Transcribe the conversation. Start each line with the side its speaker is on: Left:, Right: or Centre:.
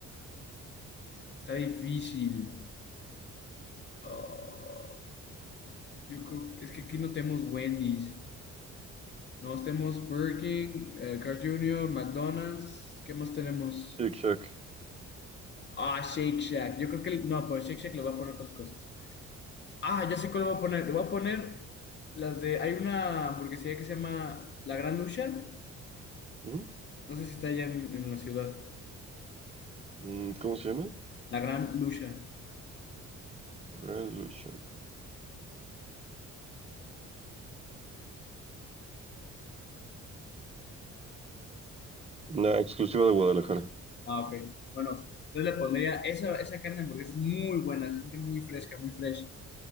Left: está difícil. Ah, yo creo, es que aquí no tenemos Wendy's, no tenemos Burger King, eh, Carl Jr., McDonald's, ¿qué más tenemos?
Right: Shake Shack.
Left: Ah, Shake Shack. Yo creo que, el- no, pero Shake Shack le va a poner otras cosas. Ah, ya sé cuál le voy a poner. Le voy a poner las de, hay una hamburguesería que se llama La Gran Lucha.
Right: Ujú.
Left: No sé si está allá en en la ciudad.
Right: Mm, ¿Cómo se llama?
Left: La gran lucha.
Right: Grand Lucha. Una exclusiva de Guadalajara.
Left: Ah, ok. Bueno, entonces le pondría esa, esa carne de hamburguesa es muy buena, se siente muy fresca, muy fresh.